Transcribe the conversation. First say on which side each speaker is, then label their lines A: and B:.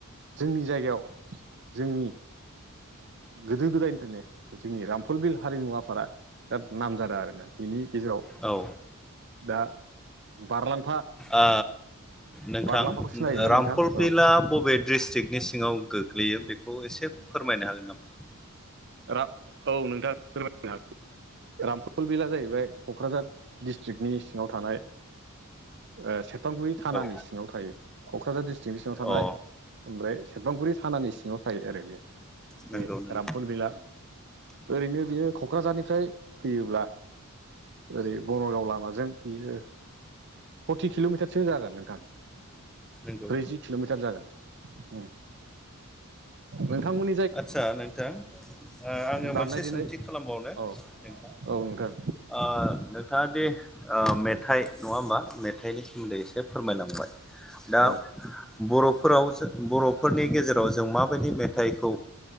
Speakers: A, on the right; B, in the centre.
A: जोंनि जायगायाव जोंनि गोदो गोदायनिफ्रायनो जोंनि रामफलबिल हारिमु आफादा दाब नामजादा आरोना बिनि गेजेराव
B: औ
A: दा बारलाम
B: ओ नोंथां
A: बारलांफाखौ
B: ओ
A: सिनायोना
B: रामपलबिला
A: नोंथां औ
B: बबे डिस्ट्रिकनि सिङाव गोग्लैयो बेखौ एसे फोरमायनो हागोन नामा?
A: रा औ नोंथाङा फोरमायनो हागोन रामफल बिलाआ जाहैबाय क'क्राझार डिस्ट्रिक्नि सिङाव थानाय ओ सेरफांगुरि थानानि
B: औ
A: सिङाव थायो क'क्राझार डिस्ट्रिक्नि सिङाव थानाय
B: अ
A: ओमफ्राय सेरफांगुरि थानानि सिङाव थायो आरो बेयो।
B: नंगौ
A: बे
B: नंगौ
A: रामफल बिला ओरैनो बेयो क'क्राझारनिफ्राय फैयोब्ला ओरै बनाइगाव लामाजों बियो फर्टि किल'मिटारसो जागोन नोंथां।
B: नंगौ
A: ब्रैजि किल'मिटार जागोन उम नोंथांमोन
B: आदसा नोंथां ओ आङो
A: दामनाय
B: मोनसे
A: देनाय
B: सोंथि खालामबावनो
A: औ
B: नोंथां ओ
A: औ नोंथां
B: नोंथाङा दे ओ मेथाइ नङा होमबा मेथाइनि सोमोन्दै एसे फोरमायलांबाय दा
A: औ
B: बर'फोराव ज बर'फोरनि गेजेराव जों माबायदि मेथाइ खौ